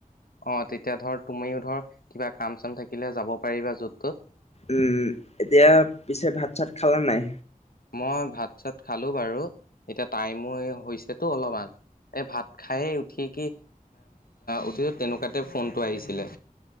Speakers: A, on the left (about 85°); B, on the left (about 45°).
A: অ', তেতিয়া ধৰ তুমিও ধৰ কাম-চাম থাকিলে যাব পাৰিবা য'ত-ত'ত।
B: উম, এতিয়া পিছে ভাত-চাত খালা নে নাই?
A: মই ভাত-চাত খালো বাৰু, এতিয়া টাইমো হৈছেতো অলপমান। এই ভাত খাইে উঠি কি উঠিছো তেনেকুৱাতে ফোনটো আহিছিলে।